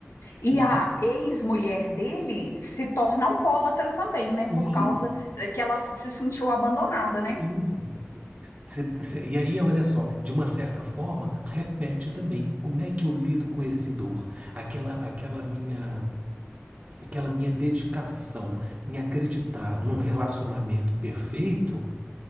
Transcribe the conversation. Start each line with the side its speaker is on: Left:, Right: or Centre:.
Left: E
Right: E
Left: a ex-mulher dele se torna alcoólatra também, né?
Right: sim,
Left: Por causa que ela se sentiu abandonada, né?
Right: sim. Cê- cê- E aí, olha só, de uma certa forma, repete também. Como é que eu lido com esse dor? Aquela, aquela minha, aquela minha dedicação em acreditar num relacionamento perfeito,